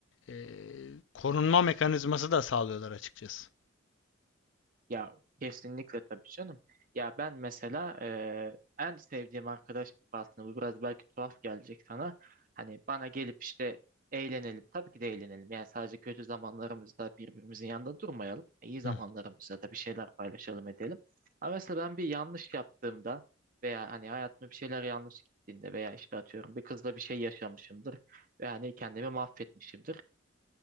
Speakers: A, on the left; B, on the right.
A: eee, korunma mekanizması da sağlıyorlar açıkçası.
B: Ya kesinlikle tabii canım. Ya ben mesela eee, en sevdiğim arkadaş aslında bu biraz belki tuhaf gelecek sana. Hani bana gelip işte eğlenelim. Tabii ki de eğlenelim. Yani sadece kötü zamanlarımızda birbirimizin yanında durmayalım. E, İyi zamanlarımızda
A: Hı,
B: da bir şeyler paylaşalım edelim. Ama mesela ben bir yanlış yaptığımda veya hani hayatımda bir şeyler yanlış gittiğinde veya işte atıyorum bir kızla bir şey yaşamışımdır ve hani kendimi mahvetmişimdir.